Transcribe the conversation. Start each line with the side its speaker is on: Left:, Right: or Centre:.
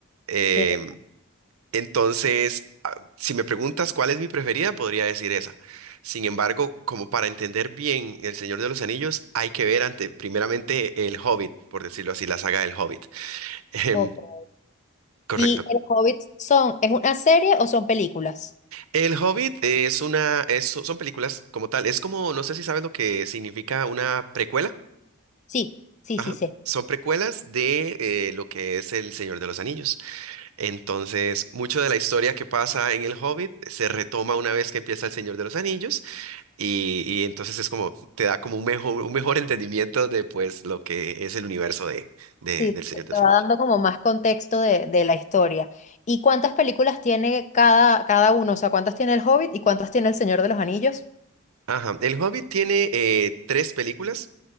Right: Em,
Left: qué
Right: entonces, ah, si me preguntas cuál es mi preferida, podría decir esa. Sin embargo, como para entender bien El Señor de los Anillos, hay que ver ante, primeramente El Hobbit, por decirlo así, la saga del Hobbit. <laughs>
Left: loco.
Right: Correcto.
Left: ¿Y El Hobbit son, es una serie o son películas?
Right: El Hobbit es una, es- son películas como tal. Es como, no sé si sabes lo que significa una precuela.
Left: Sí, sí,
Right: Ajá.
Left: sí, sé.
Right: Son precuelas de eh, lo que es El Señor de los Anillos. Entonces, mucho de la historia que pasa en El Hobbit se retoma una vez que empieza El Señor de los Anillos y, y entonces es como, te da como un mejor, un mejor <laughs> entendimiento de pues lo que es el universo de, de-
Left: Sí,
Right: del Señor
Left: te
Right: de
Left: te
Right: los
Left: va
Right: Anillos.
Left: dando como más contexto de, de la historia. ¿Y cuántas películas tiene cada, cada uno? O sea, ¿cuántas tiene El Hobbit y cuántas tiene El Señor de los Anillos?
Right: Ajá. El Hobbit tiene eh, tres películas.